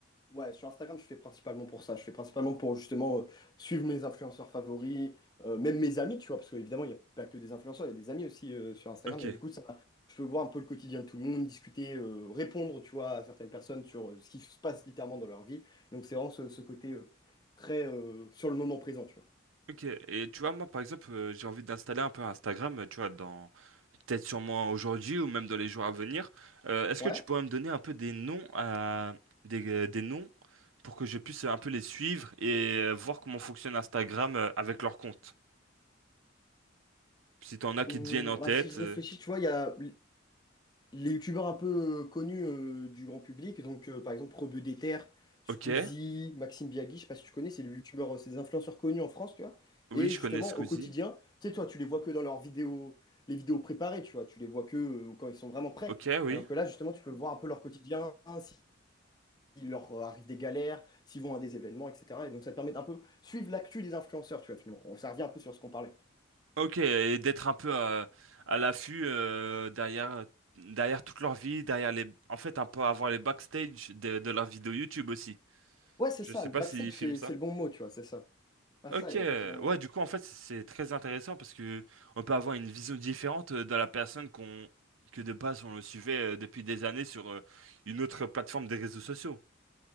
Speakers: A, on the left; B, on the right.
A: Ouais, sur Instagram, je fais principalement pour ça. Je fais principalement pour justement euh, suivre mes influenceurs favoris, euh, même mes amis, tu vois, parce qu'évidemment, il n'y a pas que des influenceurs, il y a des amis aussi euh, sur Instagram.
B: Ok,
A: Et du coup, ça, je peux voir un peu le quotidien de tout le monde, discuter, euh, répondre, tu vois, à certaines personnes sur euh, ce qui se passe littéralement dans leur vie. Donc, c'est vraiment ce, ce côté euh, très euh, sur le moment présent, tu vois.
B: ok. Et tu vois, moi, par exemple, euh, j'ai envie d'installer un peu Instagram, euh, tu vois, dans peut-être sûrement aujourd'hui ou même dans les jours à venir. Euh, est-ce
A: Ouais.
B: que tu pourrais me donner un peu des noms à des euh, des noms pour que je puisse un peu les suivre et euh, voir comment fonctionne Instagram euh, avec leur compte? Puis si t'en as qui
A: Hum,
B: te viennent en tête,
A: bah, si je réfléchis,
B: euh,
A: tu vois, il y a les youtubeurs un peu euh, connus euh, du grand public, donc euh, par exemple Rebeu des Terres, Squeezie,
B: ok,
A: Maxime Biagui, je sais pas si tu connais, c'est les youtubeurs, euh, c'est des influenceurs connus en France, tu vois.
B: oui,
A: Et
B: je
A: justement,
B: connais Squeezie.
A: au quotidien, tu sais, toi, tu les vois que dans leurs vidéos, les vidéos préparées, tu vois, tu les vois que euh, quand ils sont vraiment prêts.
B: Ok, oui.
A: Alors que là, justement, tu peux voir un peu leur quotidien, hein, si- s'il leur euh, arrive des galères, s'ils vont à des événements, etc. Et donc, ça te permet d'un peu suivre l'actu des influenceurs, tu vois, finalement. On, Ça revient un peu sur ce qu'on parlait.
B: Ok, et d'être un peu à, à l'affût euh, derrière, derrière toute leur vie, derrière les... En fait, un peu avoir les backstage de, de leurs vidéos YouTube aussi.
A: Ouais, c'est
B: Je
A: ça,
B: sais
A: le
B: pas
A: backstage,
B: s'ils filment
A: c'est
B: ça.
A: c'est le bon mot, tu vois, c'est ça. Bah
B: Ok,
A: ça, et
B: euh,
A: en fait, ils vont
B: ouais, du coup, en fait, c'est c'est très intéressant parce que on peut avoir une vision différente euh, de la personne qu'on que de base on le suivait euh, depuis des années sur euh, une autre plateforme des réseaux sociaux.